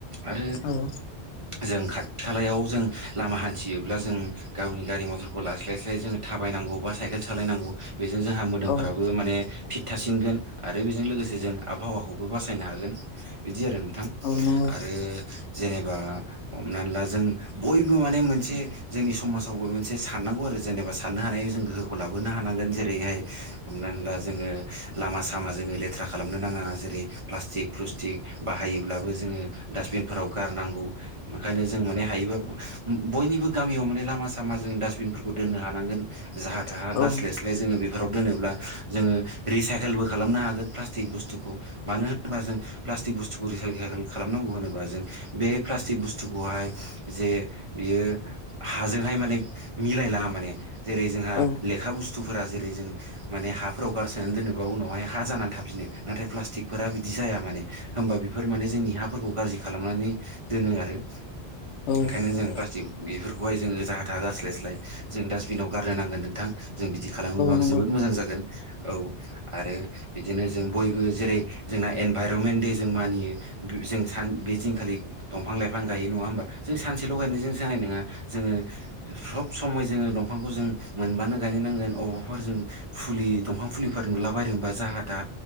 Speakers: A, on the right; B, on the left.
A: आरो
B: औ
A: जों खाथि खालायाव जों लामा हान्थियोब्ला जों गावनि गारि मथरखौ लास्लाय लास्लाय जोङो थाबायनांगौ बा साइकेल सालायनांगौ बेजों जोंहा मोदोमफ्राबो
B: औ
A: माने फिट थासिनगोन आरो बेजों लोगोसे जों आबहावाखौबो बासायनो हागोन। बिदि आरो नोंथां
B: औ नंगौ
A: आरो जेनेबा हमनानै ला जों बयबो माने मोनसे जोंनि समाजावबो मोनसे साननांगौ आरो जेनेबा साननो हानाय जों गोहोखौ लाबोनो हानांगोन जेरैहाय होनब्ला जोङो लामा सामा जोङो लेथ्रा खालामनो नाङा जेरै प्लास्टिक प्लुस्टिक बाहायोब्लाबो जोङो डासटबिनफोराव गारनांगौ ओंखायनो जों माने हायोबा बयनिबो गामियाव माने लामा सामा जों डास्टबिनफोरखौ दोननो हानांगोन। जाहा थाहा
B: औ
A: गास्लायस्लाय
B: उम
A: जोङो बेफोराव दोनोब्ला जोङो रिसाइकेलबो खालामनो हागोन प्लास्टिक बुस्थुखौ मानो होनोबा जों प्लास्टिक बुस्थुखौ रिखालेल खालामनांगौ होनोब्ला जों बे प्लास्टिक बुस्थुखौहाय जे बियो हाजोंहाय माने मिलायलाङा माने जेरै जोंहा
B: औ
A: लेखा बुस्थुफोरा जेरै जों माने हाब हाफ्राव गारसोनानै दोनोबा उनावहाय हा जानानै थाफिनो नाथाय प्लास्टिकफोरा बिदि जाया माने होमबा बेफोर माने जोंनि हाफोरखौ गाज्रि खालामनानै दोनो आरो
B: औ
A: ओंखायनो जों
B: औ
A: प्लास्टिक बेफोरखौहाय जोङो जाहा था गस्लायस्लाय जों दासटबिनाव गारनो नांगोन नोंथां जों बिदि खालामोबा
B: नंगौ
A: जोबोद मोजां जागोन औ आरो बिदिनो जों बयबो जेरै जोंना एनभाइरनमेन्ट दे जों मानियो। जों सान बे दिनखालि दंफां-लाइफां गायो नङा होमबा जों सानसे लगायनाय जों जानाय नङा जोङो सब समय जोङो दंफांखौ जों मोनबानो गाय नांगोन अबावबफोरा जों फुलि दंफां फुलिफोर नुलाबायदोंबा जाहा था